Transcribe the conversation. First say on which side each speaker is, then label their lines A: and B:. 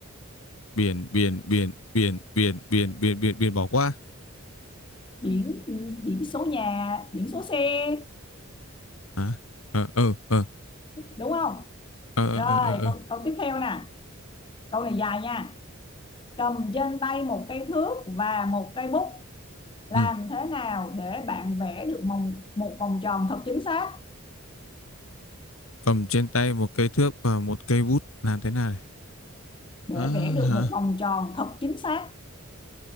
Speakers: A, on the left; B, on the left.
A: Biển, biển, biển, biển, biển, biển, biển, biển, biển bỏ qua.
B: Biển biển số nhà, biển số xe,
A: Hả? Ờ, ờ, ờ,
B: đúng không?
A: ờ, ờ,
B: Rồi,
A: ờ, ờ, ờ.
B: câu, câu tiếp theo nè. Câu này dài nha. Cầm trên tay một cây thước và một cây bút. Làm
A: Ừ.
B: thế nào để bạn vẽ được một, một vòng tròn thật chính xác?
A: Cầm trên tay một cây thước và một cây bút. Làm thế nào này?
B: Để
A: Ờ,
B: vẽ được
A: hả?
B: một vòng tròn thật chính xác.